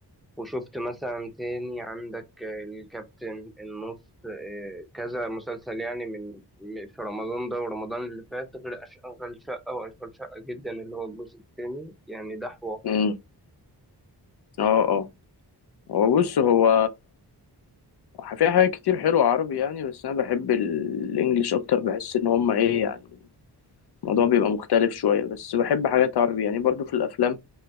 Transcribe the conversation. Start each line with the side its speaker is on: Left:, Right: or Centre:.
Centre: وشفت مثلا تاني عندك آه، الكابتن النص آه، كذا مسلسل يعني من م- في رمضان ده ورمضان اللي فات غير أشغال شقة وأشغال شقة جدا اللي هو الجزء التاني يعني ده حوار
Left: امم اه اه هو بص هو في حاجات كتير حلوة عربي يعني بس انا بحب ال- الانجليش اكتر بحس ان هما ايه يعني الموضوع بيبقى مختلف شوية بس بحب حاجات عربي يعني برضو في الافلام